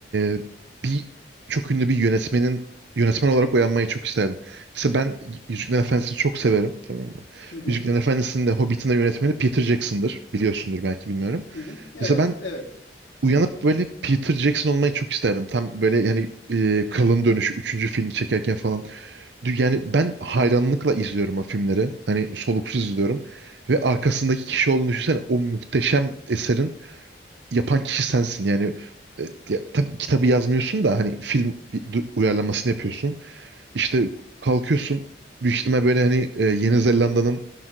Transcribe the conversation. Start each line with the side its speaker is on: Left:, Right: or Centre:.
Right: e, bir çok ünlü bir yönetmenin yönetmen olarak uyanmayı çok isterdim. Mesela ben Yüzüklerin Efendisi'ni çok severim. Tamam mı?
Left: Hı hı,
Right: Yüzüklerin Efendisi'nin de Hobbit'in de yönetmeni Peter Jackson'dır. Biliyorsundur belki bilmiyorum.
Left: hı hı. Evet,
Right: Mesela ben
Left: evet.
Right: uyanıp böyle Peter Jackson olmayı çok isterdim. Tam böyle yani e, Kralın Dönüşü 3. filmi çekerken falan. Dü- Yani ben hayranlıkla izliyorum o filmleri. Hani soluksuz izliyorum. Ve arkasındaki kişi olduğunu düşünsene. O muhteşem eserin yapan kişi sensin. Yani e, ya, tabii kitabı yazmıyorsun da hani film bir du- uyarlamasını yapıyorsun. İşte kalkıyorsun. Büyük ihtimal böyle hani e, Yeni Zelanda'nın